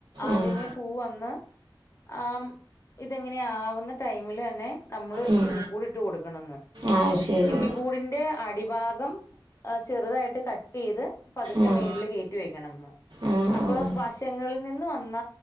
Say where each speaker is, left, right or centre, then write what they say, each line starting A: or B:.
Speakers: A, on the left; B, on the right.
A: ആദ്യമേ
B: ആഹ്
A: പൂവന്ന് ആ ഇതെങ്ങനെ ആവുന്ന ടൈമിലെ ന്നെ നമ്മള്
B: ഉം
A: സിമ്മിക്കൂട്ട്ട് കൊടുക്കണന്ന്
B: ആഹ് ശരി
A: സിമ്മിക്കൂടിന്റെ അടിഭാഗം ചെറ്തായിട്ട് കട്ടീയ്ത് പത്ക്കെ
B: ആഹ്
A: മേളില് കേ റ്റി വെയ്ക്കണംന്നോ
B: ആഹ് ആഹ്
A: അപ്പൊ വാഷ് ച്ചങ്ങളിൽ നിന്ന് വന്ന